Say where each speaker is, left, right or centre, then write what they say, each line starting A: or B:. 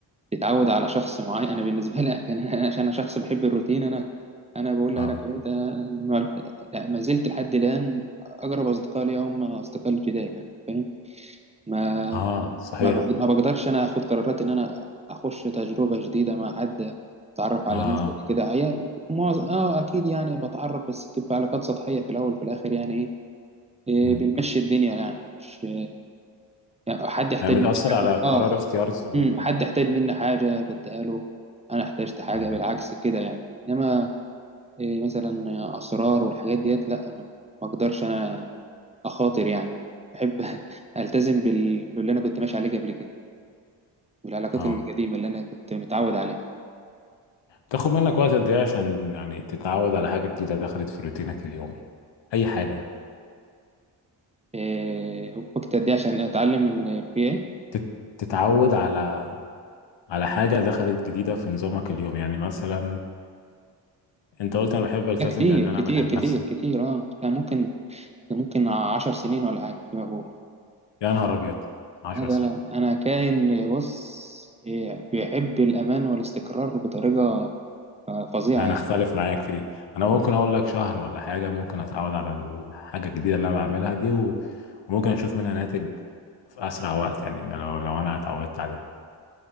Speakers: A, on the right; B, on the left.
A: تتعود على شخص معين أنا بالنسبة لي كان أنا عشان أنا شخص بحب الروتين أنا أنا بقول
B: اه,
A: لك أنا ما لا، ما زلت لحد الآن أقرب أصدقاء لي هم أصدقاء الابتدائي يعني فاهم ما
B: آه صحيح
A: ما ب- ما بقدرش انا اخد قرارات ان انا اخش تجربه جديده مع حد اتعرف على
B: اه
A: ناس جديدة كده هي معظم اه اكيد يعني بتعرف بس بتبقى علاقات سطحيه في الاول وفي الاخر يعني ايه إيه،
B: مم.
A: بنمشي الدنيا يعني مش يعني حد يحتاج
B: يعني بتاثر
A: مني
B: على
A: حاجه
B: قرار
A: اه
B: اختيار الصديق
A: أمم، حد يحتاج مني حاجه بديها له انا احتاجت حاجه
B: مم.
A: بالعكس كده يعني انما إيه مثلا اسرار والحاجات ديت لا ما ما اقدرش انا اخاطر يعني بحب <laughs> التزم بال... باللي انا كنت ماشي عليه قبل كده والعلاقات
B: اه
A: القديمة اللي أنا كنت متعود عليها
B: تاخد منك وقت قد ايه عشان يعني تتعود على حاجة جديدة دخلت في روتينك اليومي أي حاجة
A: إيه وقت قد إيه عشان أتعلم إن في إيه؟
B: تت- تتعود على على حاجة دخلت جديدة في نظامك اليومي يعني مثلا أنت قلت أنا بحب ألتزم
A: لا كتير
B: بأن أنا
A: كتير
B: أعمل
A: كتير
B: نفسي
A: كتير أه ده ممكن ده ممكن عشر سنين ولا حاجة فيما فوق
B: يا نهار أبيض 10
A: هذا
B: سنين
A: لا أنا كائن بص إيه بيحب الأمان والاستقرار بطريقة آه، فظيعة
B: لا أنا
A: يعني
B: أختلف معاك في دي أنا ممكن أقول لك شهر ولا حاجة ممكن أتعود على الحاجة الجديدة اللي أنا بعملها دي و... وممكن أشوف منها ناتج في أسرع وقت يعني إن لو لو أنا اتعودت عليها